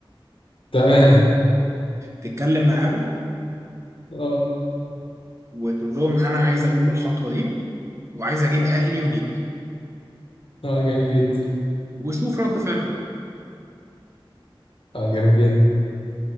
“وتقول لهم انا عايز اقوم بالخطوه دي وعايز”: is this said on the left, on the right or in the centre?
Right